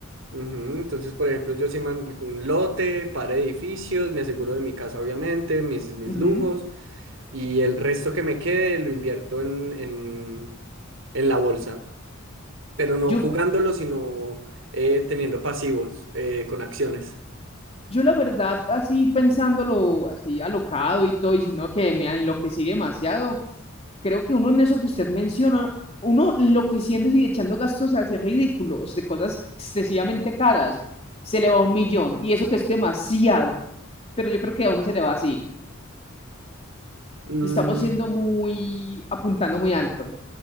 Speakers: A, on the right; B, on the left.
A: Ujú, Entonces, por ejemplo, yo sí man- un lote, par edificios, me aseguro de mi casa, obviamente, mis, mis
B: Ujú.
A: lujos, y el resto que me quede lo invierto en, en, en la bolsa, pero no
B: Yo
A: jugándolo, sino eh, teniendo pasivos, eh, con acciones.
B: Yo la verdad, así pensándolo, así alocado y todo, y sino que me enloquecí demasiado, creo que uno en eso que usted menciona, uno enloqueciendo y echando gastos así ridículos, de cosas excesivamente caras, se le va un millón, y eso que es demasiado, pero yo creo que a uno se le va así,
A: Mm,
B: y estamos siendo muy, apuntando muy alto,